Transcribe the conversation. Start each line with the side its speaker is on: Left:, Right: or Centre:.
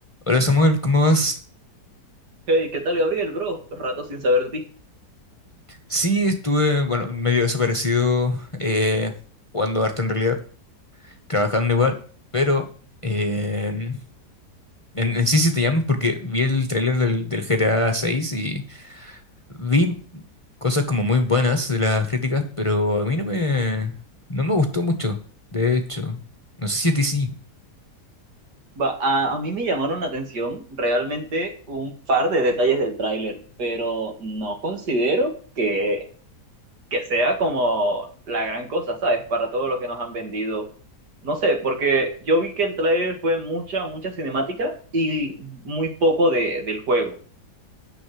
Left: Hola Samuel, ¿cómo vas?
Right: Hey, ¿qué tal, Gabriel, bro? Rato sin saber de ti.
Left: Sí, estuve, bueno, medio desaparecido, eh, jugando harto en realidad, trabajando igual, pero eh, en, en sí sí te llamo porque vi el tráiler del, del GTA 6 y vi cosas como muy buenas de las críticas, pero a mí no me, no me gustó mucho, de hecho. No sé si a ti sí,
Right: Va, a, a mí me llamaron la atención realmente un par de detalles del tráiler, pero no considero que, que sea como la gran cosa, ¿sabes? Para todo lo que nos han vendido. No sé, porque yo vi que el tráiler fue mucha, mucha cinemática y muy poco de, del juego.